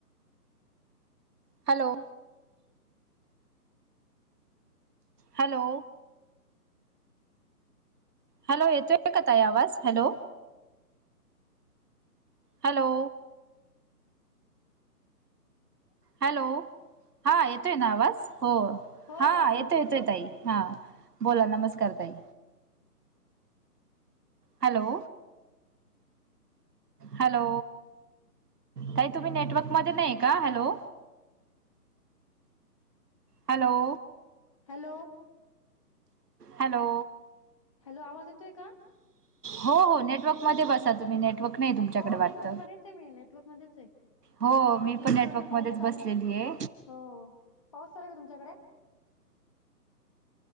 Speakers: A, on the right; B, on the left.
A: hello hello hello येतोय का ताई आवाज हॅलो? हॅलो हॅलो हा येतोय ना आवाज हो
B: हो
A: हा
B: आता
A: येतोय येतोय
B: ह
A: ताई. हा बोला नमस्कार ताई. हॅलो हॅलो ताई तुम्ही नेटवर्कमध्ये नाहीये का? Hello. Hello.
B: Hello
A: hello
B: hello आवाज येतोय का?
A: हो हो नेटवर्क मध्ये बसा तुम्ही नेटवर्क नाही तुमच्याकडे
B: हो
A: वाटत.
B: नेटवर्क मध्येच आहे मी नेटवर्क मध्येच आहे
A: हो मी
B: ऍक्च्युली
A: पण नेटवर्कमध्येच
B: थोडासा पाऊस चालू
A: बसलेली
B: आहे ना
A: हे.
B: हो पाऊस चालू का तुमच्याकडे?